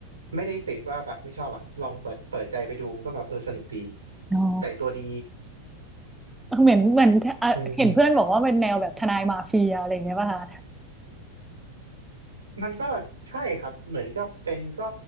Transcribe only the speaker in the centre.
อ๋อ
เหมือนเหมือนเอ่อเห็นเพื่อนบอกว่าเป็นแนวแบบทนายมาเฟียอะไรอย่างเงี้ยป่ะคะ